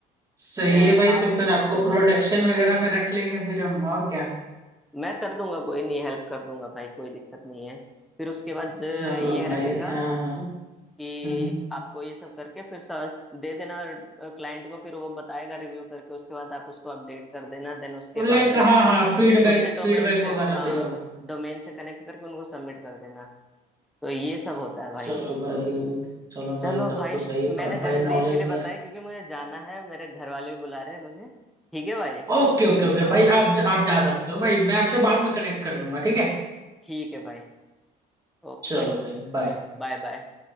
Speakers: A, on the right; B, in the centre.
A: सही
B: हैं,
A: है भाई
B: आप
A: तो फिर
B: बर
A: आपको
B: कर
A: प्रोडक्शन
B: दो
A: वगैरह में रख लेंगे फिर हम और क्या
B: मैं कर दूंगा कोई नहीं हेल्प कर दूंगा भाई कोई दिक्कत नहीं है फिर उसके बाद ज-
A: चलो
B: ये
A: भाई
B: रहेगा
A: हाँ हाँ
B: कि
A: हम्म
B: आपको ये सब करके फिर सर्च दे देना क्लाइंट को फिर वो बताएगा रिव्यू करके उसके बाद आप उसको अपडेट कर देना देन उसके
A: लाइक
B: बाद
A: हाँ हाँ फीडबैक
B: उसके डोमेन
A: फीडबैक
B: से
A: वगैरह
B: हाँ
A: देगा वो
B: डोमेन से कनेक्ट करके उनको सबमिट कर देना तो ये सब होता है भाई
A: चलो भाई चलो
B: चलो
A: भाई सब
B: भाई
A: तो सही भा,
B: मैंने जल्दी
A: भाई नॉलेज
B: इसीलिए
A: दिया
B: बताया क्योंकि मुझे जाना है मेरे घर वाले भी बुला रहे हैं मुझे ठीक है भाई
A: ओके ओके ओके भाई आप आप जा सकते हो भाई मैं आपसे बाद में कनेक्ट कर लूंगा ठीक है
B: ठीक है भाई ओके
A: चलो भाई बाय
B: Bye bye